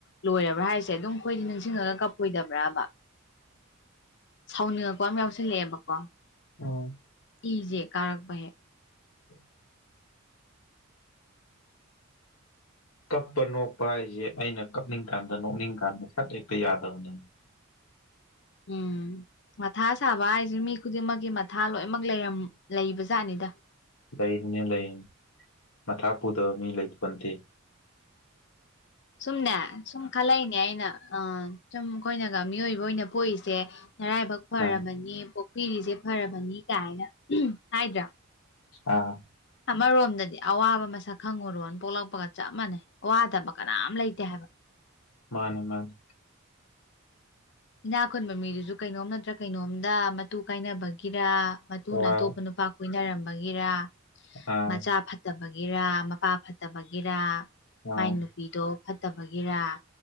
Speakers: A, on the left; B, on the left.
A: ꯂꯣꯏꯔꯕ꯭ꯔꯥ ꯍꯥꯏꯁꯦ ꯑꯗꯨꯝ ꯑꯩꯈꯣꯏꯗꯤ ꯅꯤꯡꯁꯤꯡꯉꯒ ꯀꯞꯄꯣꯏꯗꯕ꯭ꯔꯥꯕ ꯁꯥꯎꯅꯤꯡꯉꯛꯄ ꯑꯃ ꯌꯥꯎꯁꯤꯜꯂꯛꯑꯦꯕꯀꯣ
B: ꯎꯝ
A: ꯏꯖꯦ ꯀꯥꯔꯛꯄꯍꯦ
B: <inaudible> ꯀꯞꯄ ꯅꯣꯛꯄ ꯍꯥꯏꯁꯦ ꯑꯩꯅ ꯀꯞꯅꯤꯡ ꯀꯥꯟꯗ ꯅꯣꯛꯅꯤꯡꯀꯥꯟꯗ ꯁꯠ ꯍꯦꯛꯇ ꯌꯥꯗꯕꯅꯦ
A: ꯎꯝ ꯃꯊꯥ ꯁꯥꯕ ꯍꯥꯏꯁꯦ ꯃꯤ ꯈꯨꯗꯤꯡꯃꯛꯀꯤ ꯃꯊꯥ ꯂꯣꯏꯅꯃꯛ ꯂꯩꯔꯝ ꯂꯩꯕ ꯖꯥꯠꯅꯤꯗ
B: ꯂꯩꯅꯤꯅꯦ ꯂꯩ ꯃꯊꯥ ꯄꯨꯗꯕ ꯃꯤ ꯂꯩ ꯄꯟꯊꯦ
A: ꯁꯨꯝꯅꯦ ꯁꯨꯝ ꯈꯜꯂꯛꯏꯅꯦ ꯑꯩꯅ ꯑ ꯆꯝ ꯑꯩꯈꯣꯏꯅꯒ ꯃꯤꯑꯣꯏꯕ ꯑꯣꯏꯅ ꯄꯣꯛꯏꯁꯦ ꯅꯔꯥꯏꯕꯛ ꯐꯔꯕꯅꯤ
B: ꯑꯥ
A: ꯄꯤꯔꯤꯁꯦ ꯐꯔꯕꯅꯤ ꯀꯥꯏꯅ ꯍꯥꯏꯗ꯭ꯔꯥ
B: ꯑꯥ
A: ꯑꯃꯔꯣꯝꯗꯗꯤ ꯑꯋꯥꯕ ꯃꯁꯛ ꯈꯪꯉꯨꯔꯣꯅ ꯄꯣꯛꯂꯛꯄꯒ ꯆꯞ ꯃꯥꯟꯅꯩ ꯑꯋꯥꯗꯕ ꯀꯅꯥꯝ ꯂꯩꯇꯦ ꯍꯥꯏꯕ
B: ꯃꯥꯅꯦ ꯃꯥꯅꯦ
A: ꯏꯅꯥꯛ ꯈꯨꯟꯕ ꯃꯤꯗꯨꯁꯨ ꯀꯩꯅꯣꯝ ꯅꯠꯇ꯭ꯔ ꯀꯩꯅꯣꯝꯗ ꯃꯇꯨ ꯀꯥꯏꯅꯕꯒꯤꯔ ꯃꯇꯨꯡꯅ
B: ꯍꯣꯏ
A: ꯑꯇꯣꯞꯄ ꯅꯨꯄꯥ ꯀꯣꯏꯅꯔꯝꯕꯒꯤꯔ
B: ꯑꯥ
A: ꯃꯆꯥ ꯐꯠꯇꯕꯒꯤꯔ ꯃꯄꯥ ꯐꯠꯇꯕꯒꯤꯔ
B: ꯑꯥ
A: ꯃꯥꯏ ꯅꯨꯄꯤꯗꯣ ꯐꯠꯇꯕꯒꯤꯔ